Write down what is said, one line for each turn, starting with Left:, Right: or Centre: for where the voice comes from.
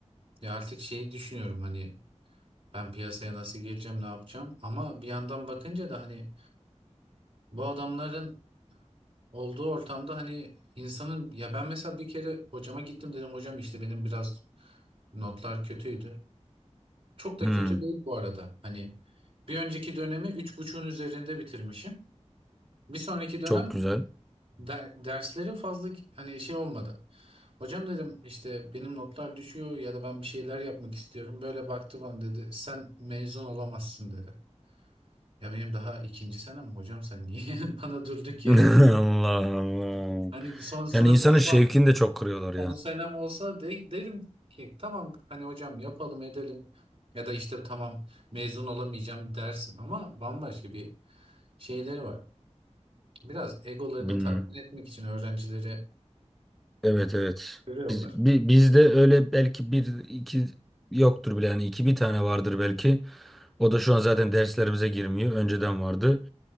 Right: Ya artık şeyi düşünüyorum hani Ben piyasaya nasıl gireceğim, ne yapacağım? Ama bir yandan bakınca da hani bu adamların olduğu ortamda hani insanın ya ben mesela bir kere hocama gittim dedim hocam işte benim biraz notlar kötüydü. Çok da
Centre: Hmm,
Right: kötü değil bu arada. Hani bir önceki dönemi 3,5'un üzerinde bitirmişim. Bir sonraki dönem
Centre: çok güzel.
Right: der- dersleri fazla hani şey olmadı. Hocam dedim işte benim notlar düşüyor ya da ben bir şeyler yapmak istiyorum. Böyle baktı bana dedi sen mezun olamazsın dedi. Ya benim daha ikinci senem hocam sen niye <laughs> bana durduk
Centre: <laughs>
Right: yere
Centre: Allah Allah.
Right: hani son sınıf
Centre: Yani insanın
Right: olsa
Centre: şevkini de çok kırıyorlar
Right: son senem olsa de, derim ki tamam hani hocam yapalım edelim ya da işte tamam mezun olamayacağım dersin ama bambaşka bir şeyleri var. Biraz egolarını
Centre: ya.
Right: tatmin etmek için öğrencileri
Centre: Evet evet.
Right: görüyorlar.
Centre: Biz, bi- bizde öyle belki bir iki yoktur bile yani iki bir tane vardır belki. O da şu an zaten derslerimize girmiyor. Önceden vardı.